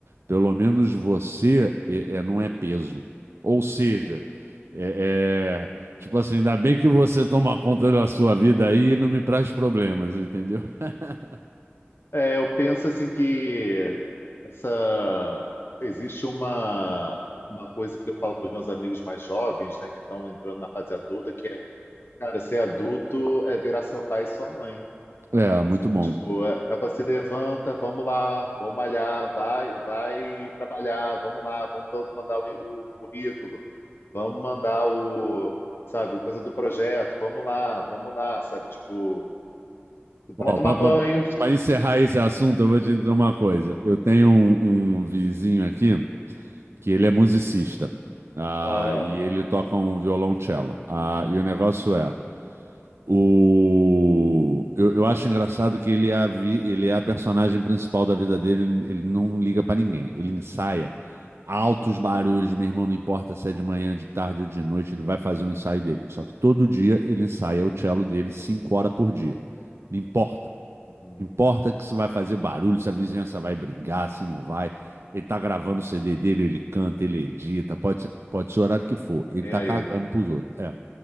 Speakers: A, on the right; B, on the left.
A: pelo menos você é, é, não é peso. Ou seja, é, é, tipo assim, ainda bem que você toma conta da sua vida aí e não me traz problemas, entendeu? <laughs>
B: É, eu penso, assim, que essa, existe uma, uma coisa que eu falo para os meus amigos mais jovens, né, que estão entrando na fase adulta, que é Cara, ser adulto é virar seu pai e sua mãe.
A: É, muito
B: Sabe?
A: bom.
B: Tipo, é, é pra se levanta, vamos lá, vamos malhar, vai, vai trabalhar, vamos lá, vamos todo mandar o, o currículo, vamos mandar o, sabe, o coisa do projeto, vamos lá, vamos lá, sabe? Tipo,
A: Ó,
B: vai tomar banho.
A: para encerrar esse assunto, eu vou te dizer uma coisa. Eu tenho um, um vizinho aqui que ele é musicista, ah,
B: Ah,
A: e ele toca um violoncello. Ah, e o negócio é, o... eu, eu acho engraçado que ele é, a vi- ele é a personagem principal da vida dele, ele, ele não liga para ninguém, ele ensaia. Altos barulhos, meu irmão, não importa se é de manhã, de tarde ou de noite, ele vai fazer um ensaio dele. Só que todo dia ele ensaia o cello dele cinco horas por dia. Não importa.
B: uhum,
A: Importa que se vai fazer barulho, se a vizinhança vai brigar, se não vai. Ele tá gravando o CD dele, ele canta, ele edita, pode ser, pode ser o horário que for.
B: tá
A: Ele
B: nem
A: tá
B: aí.
A: cagando pros outros. É.